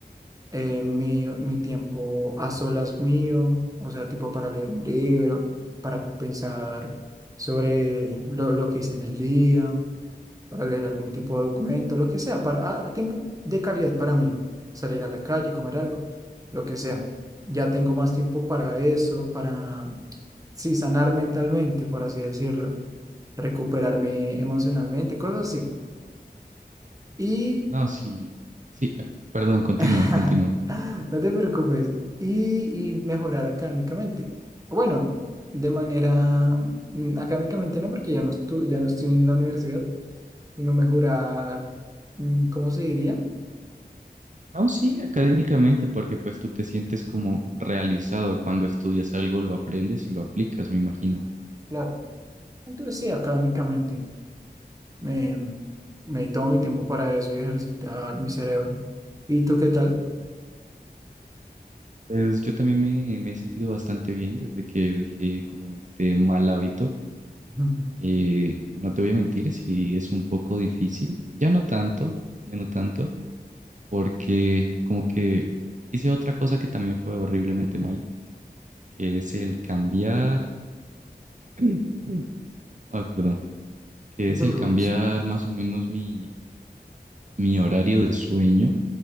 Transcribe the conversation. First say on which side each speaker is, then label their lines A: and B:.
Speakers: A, on the right (about 20°); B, on the right (about 50°).
A: eh, mi, mi tiempo a solas mío, o sea, tipo para leer un libro, para pensar sobre lo, lo que hice en el día, para leer algún tipo de documento, lo que sea, para ah, tiempo de calidad para mí, salir a la calle, comer algo, lo que sea. Ya tengo más tiempo para eso, para, sí, sanar mentalmente, por así decirlo, recuperarme emocionalmente, cosas así. Y,
B: No, sí, sí, ah, perdón, continúa,
A: <laughs>
B: continúa.
A: no te preocupes, y, y mejorar académicamente. Bueno, de manera, mm, académicamente no, porque ya no, estu- ya no estoy en la universidad, sino mejorar, mm, ¿cómo se diría?
B: No, sí, académicamente, porque pues tú te sientes como realizado cuando estudias algo, lo aprendes y lo aplicas, me imagino.
A: Claro Entonces sí, académicamente me, me tomo mi tiempo para eso y ejercitar mi cerebro. ¿Y tú qué tal?
B: Pues yo también me, me he sentido bastante bien desde que dejé como este mal hábito.
A: Ujú,
B: Eh, no te voy a mentir, sí es un poco difícil. Ya no tanto, ya no tanto, porque como que hice otra cosa que también fue horriblemente mal, que es el cambiar... <clears throat> Ay, perdón. Que
A: No
B: es
A: te
B: el
A: preocupes.
B: cambiar más o menos mi mi horario de sueño.